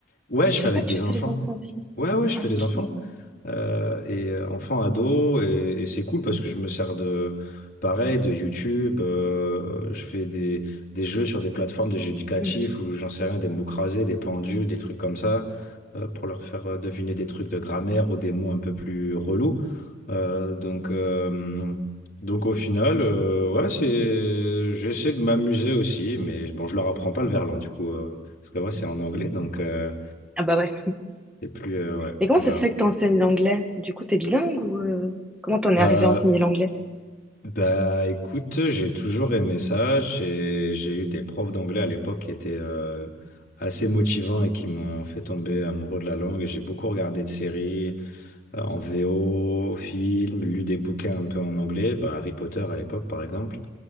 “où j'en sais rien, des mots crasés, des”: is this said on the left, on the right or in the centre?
Left